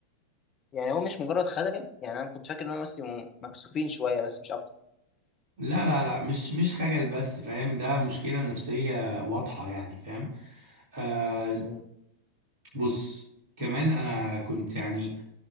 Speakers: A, on the left (about 30°); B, on the right (about 50°).
A: يعني هو مش مجرد خجل يعني انا كنت فاكر ان هم بس يبقوا مكسوفين شويه بس مش اكتر
B: لا لا لا مش مش خجل بس فاهم ده مشكلة نفسية واضحة يعني فاهم آه
A: مم.
B: بص كمان انا كنت يعني